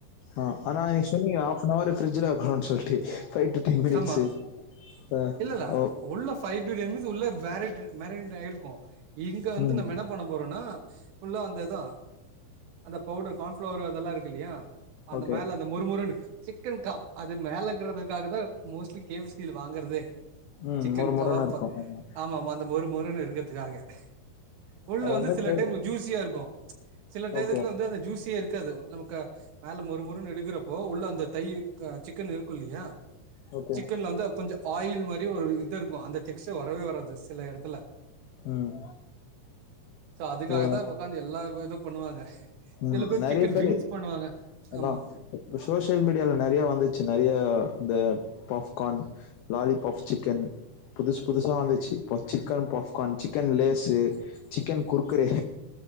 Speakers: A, on the left; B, on the right.
A: ஆ ஆனா நீ சொன்னீங்கள ஹாஃப்னவரு பிரிஜ்ஜுல வெக்கணுன் சொல்ட்டு ஃபை டு டென் மினிட்ஸு
B: ஆமா
A: அ
B: இல்லல்ல
A: ஓ.
B: உள்ள பைவ் டூ டென் மினிட்ஸ் உள்ள பேரிட்டு மேரினேட் ஆயிருக்கும் இங்க வந்து
A: ம்
B: நம்ம என்னப் பண்ண போறோன்னா ஃபுல்லா அந்த இதா அந்த பவுடர் கான் ஃப்ளவர் அதெல்லா இருக்கு இல்லியா அந்த
A: ஓகே
B: மேல அந்த மொருமொருன்னு சிக்கன் காப் அது மேல இக்கறதபெக்காகதா மோஸ்ட்லி கே எஃப் சி ல வாங்கறதே
A: ம்
B: சிக்கன்
A: மொறு மொறுன்னு
B: கபாப்
A: இருக்கும் ஆமா
B: ஆமாமா அந்த மொரு முரன் இருக்கதுக்காக உள்ள
A: அது
B: வந்து சில
A: போடு
B: டைம்ல ஜூஸியா இருக்கு ம்ச் சில டைத்துல
A: ஓகே
B: வந்து அது ஜூஸியே இருக்காது நமக்க மேல மொறு மொறுன்னு எடுக்கறப்போ உள்ள அந்த தையு க சிக்கன் இருக்கு இல்லையா
A: ஓகே
B: சிக்கன்ல வந்து கொஞ்சோ ஆயில் மாரியு ஒரு இது இருக்கு அந்த டெக்ஸ்ச்ச வரவே வராது சில எடத்துல.
A: ம்.
B: சோ அதுக்காகத்தா
A: ஆ
B: ஒக்காந்து எல்லாவ் இது பண்ணுவாங்க.
A: ம்
B: சில பேர்
A: நறிய
B: சிக்கன்
A: பேரு
B: விங்ஸ் பண்ணுவாங்க
A: அதா.
B: ஆமா
A: இந்த சோஷியல் மீடியால நறைய வந்துச்சு நறைய இந்த பஃப்கான் லாலிபாப் சிக்கன் புதுசு புதுசா வந்துச்சி இப்போ chicken popcorn chicken Lay's. Chicken Kurkure